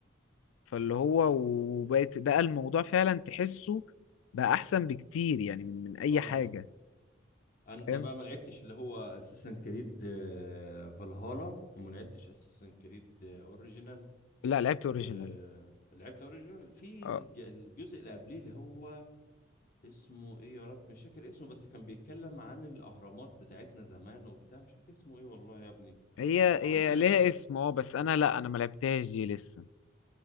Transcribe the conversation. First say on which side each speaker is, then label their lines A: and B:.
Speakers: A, on the left; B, on the left.
A: فاللي هو وبقت بقى الموضوع فعلا تحسه بقى أحسن بكتير يعني من من أي
B: طبعا
A: حاجة
B: انت
A: فاهم
B: بقى ما لعبتش اللي هو اساسن كريد فالهالا وما لعبتش اساسن كريد اوريجينال
A: لا لعبت
B: ولعبت
A: أوريجينال
B: اوريجينال في
A: اه
B: ج- الجزء اللي قبليه اللي هو اسمه ايه يا رب مش فاكر اسمه بس كان بيتكلم عن الاهرامات بتاعتنا زمان وبتاع مش فاكر اسمه ايه والله يا ابني
A: هي
B: بس هو
A: هي
B: عنده
A: ليها اسم اه بس أنا لا أنا ما لعبتهاش دي لسه